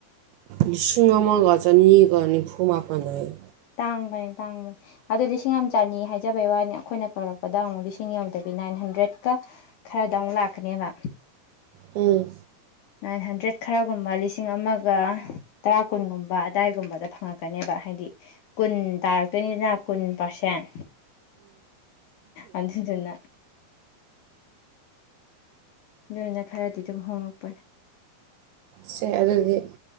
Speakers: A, on the right (about 80°); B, on the left (about 70°).
A: ꯂꯤꯁꯤꯡ ꯑꯃꯒ ꯆꯅꯤꯒ ꯅꯤꯐꯨ ꯃꯥꯄꯟ ꯍꯥꯌꯦ
B: ꯇꯥꯡꯕꯅꯦ ꯇꯥꯡꯕꯅꯤ ꯑꯗꯣ ꯂꯤꯁꯤꯡ ꯑꯃ ꯆꯅꯤ ꯍꯥꯏꯖꯕꯩ ꯋꯥꯅꯤ ꯑꯩꯈꯣꯏꯅ ꯀꯛꯂꯛꯄꯗ ꯑꯃꯨꯛ ꯂꯤꯁꯤꯡ ꯌꯧꯗꯕꯤ ꯅꯥꯏꯟ ꯍꯟꯗ꯭ꯔꯦꯗꯀ ꯈꯔꯗ ꯑꯃꯨꯛ ꯂꯥꯛꯀꯅꯦꯕ
A: ꯎꯝ
B: ꯅꯥꯏꯟ ꯍꯟꯗ꯭ꯔꯦꯠ ꯈꯔꯒꯨꯝꯕ ꯂꯤꯁꯤꯡ ꯑꯃꯒ ꯇꯔꯥ ꯀꯨꯟꯒꯨꯝꯕ ꯑꯗꯥꯏꯒꯨꯝꯕꯗ ꯐꯪꯉꯛꯀꯅꯦꯕ ꯍꯥꯏꯗꯤ ꯀꯨꯟ ꯇꯥꯔꯛꯇꯣꯏꯅꯤꯗꯅ ꯀꯨꯟ ꯄꯥꯔꯁꯦꯟ ꯑꯗꯨꯗꯨꯅ ꯑꯗꯨꯅ ꯈꯔꯗꯤ ꯑꯗꯨꯝ ꯍꯣꯉꯛꯄꯅꯦ
A: ꯁꯦ ꯑꯗꯨꯗꯤ